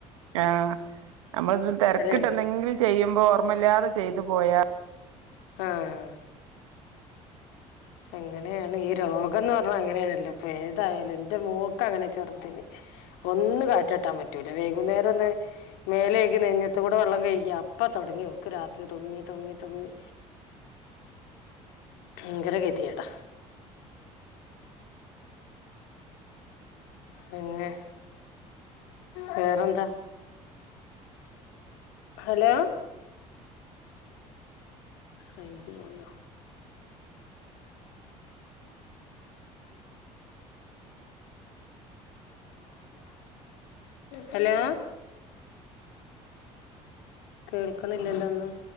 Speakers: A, on the right; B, on the left.
A: ആഹ അമ്മൾ തെരക്കിട്ട്
B: അതെ
A: എന്തെങ്കിലും ചെയ്യുമ്പോ ഓർമ്മല്യാതെ ചെയ്തു പോയാ
B: ആഹ് എങ്ങനെണ് ഈ രോഗംന്ന് പർഞ്ഞ അങ്ങനെണല്ലോ ഫേതായാലുന്റെ മോക്കഅങ്ങനെ ചെറ്തിന് ഒന്ന് കാറ്റട്ടാൻ പറ്റൂല വൈകുന്നേരൊന്ന് മേലേകി നഞ്ഞത്ത് കൂടെ വള്ളം കയ്ക്യാ അപ്പാ തൊടങ്ങി ഓക്ക് രാത്രി തുമ്മി തുമ്മി തുമ്മി ങ്കര ഗതിയേടാ പിന്നെ വേറെന്താ ഹലോ റൈഞ്ച് പോയോ ഹലോ കേൾക്ണ്ല്ലല്ലോ ഒന്നും